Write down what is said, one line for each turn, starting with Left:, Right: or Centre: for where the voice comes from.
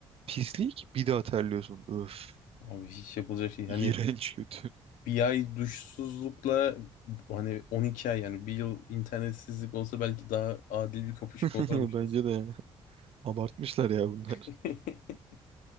Right: Pislik. Bir daha terliyorsun. Öf.
Left: Abi hiç yapılacak şey. Hani
Right: İğrenç kötü.
Left: bir ay duşsuzlukla hani 12 ay yani bir yıl internetsizlik olsa belki daha adil bir kapışma
Right: <laughs>
Left: olurmuş
Right: Bence
Left: aslında.
Right: de ya. Abartmışlar ya bunlar.
Left: <laughs>